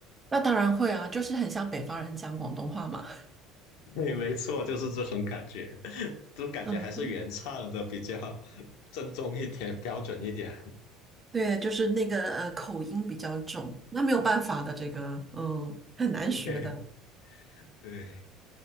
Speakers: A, on the right; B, on the left.
A: 那当然会啊，就是很像北方人讲广东话嘛。
B: 对，没错，就是这种感觉。就感觉还是原唱的比较
A: 嗯，嗯
B: <laughs> 正宗一点、标准一点。
A: <laughs> 对，就是那个呃口音比较重，那没有办法的，这个嗯很难学的。
B: 对对，